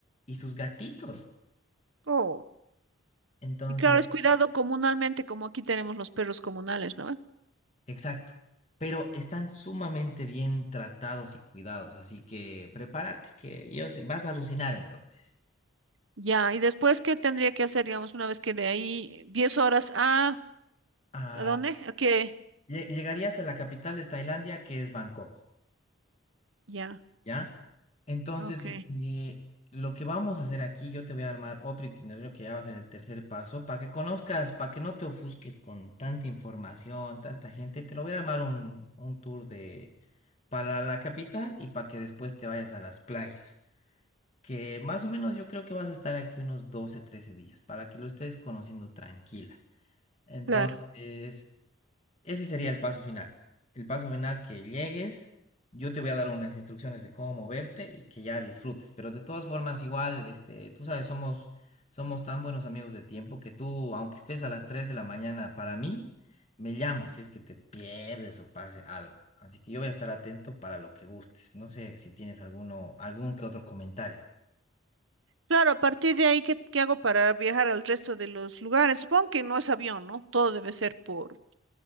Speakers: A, on the left; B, on the right.
A: y sus gatitos.
B: Oh,
A: Entonces,
B: y claro, es cuidado comunalmente, como aquí tenemos los perros comunales, ¿no?
A: exacto. Pero están sumamente bien tratados y cuidados, así que prepárate, que yo sé- vas a alucinar entonces.
B: Ya, y después, ¿qué tendría que hacer, digamos, una vez que de ahí 10 horas a...
A: Ah,
B: ¿A dónde? ¿A qué?
A: lle- llegarías a la capital de Tailandia, que es Bangkok.
B: Ya,
A: ¿ya? Entonces,
B: ok,
A: lo que, lo que vamos a hacer aquí, yo te voy a armar otro itinerario que ya va a ser el tercer paso, para que conozcas, para que no te ofusques con tanta información, tanta gente, te lo voy a armar un, un tour de, para la capital y para que después te vayas a las playas, que más o menos yo creo que vas a estar aquí unos 12, 13 días, para que lo estés conociendo tranquila. Entonces...
B: claro.
A: Ese sería el paso final. El paso final que llegues, yo te voy a dar unas instrucciones de cómo moverte y que ya disfrutes. Pero de todas formas, igual, este, tú sabes, somos, somos tan buenos amigos de tiempo que tú, aunque estés a las 3 de la mañana, para mí, me llamas si es que te pierdes o pase algo. Así que yo voy a estar atento para lo que gustes. No sé si tienes alguno, algún que otro comentario.
B: Claro, a partir de ahí, ¿qué, qué hago para viajar al resto de los lugares? Supongo que no es avión, ¿no? Todo debe ser por